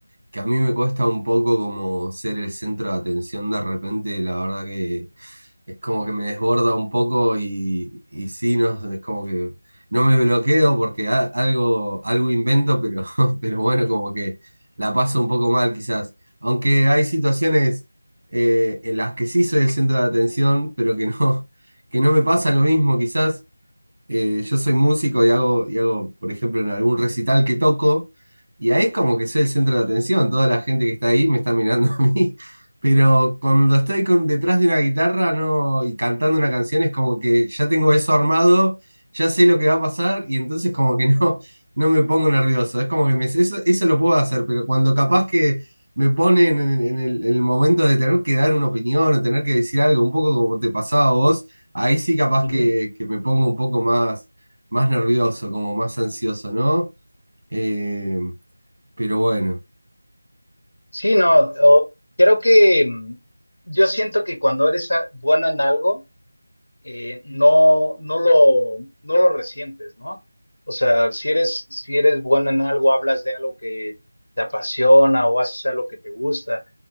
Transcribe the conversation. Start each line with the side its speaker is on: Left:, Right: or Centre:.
Right: que a mí me cuesta un poco como ser el centro de atención de repente, la verdad que es como que me desborda un poco y, y sí, no, es como que no me bloqueo porque a- algo, algo invento, pero, <laughs> pero bueno, como que la paso un poco mal quizás. Aunque hay situaciones eh, en las que sí soy el centro de atención, pero que no, <laughs> que no me pasa lo mismo quizás eh, yo soy músico y hago, y hago, por ejemplo, en algún recital que toco, y ahí es como que soy el centro de atención, toda la gente que está ahí me está mirando <laughs> a mí, pero cuando estoy con, detrás de una guitarra no, y cantando una canción es como que ya tengo eso armado, ya sé lo que va a pasar y entonces como que <laughs> no, no me pongo nervioso, es como que me, eso, eso lo puedo hacer, pero cuando capaz que me ponen en, en el, en el momento de tener que dar una opinión o tener que decir algo, un poco como te pasaba a vos ahí sí capaz
Left: Ujú.
Right: que, que me pongo un poco más, más nervioso, como más ansioso, ¿no? Eh, pero bueno.
Left: Sí, no, o- creo que mm, yo siento que cuando eres a- bueno en algo, eh, no, no lo, no lo resientes, ¿no? O sea, si eres, si eres bueno en algo, hablas de algo que te apasiona o haces algo que te gusta,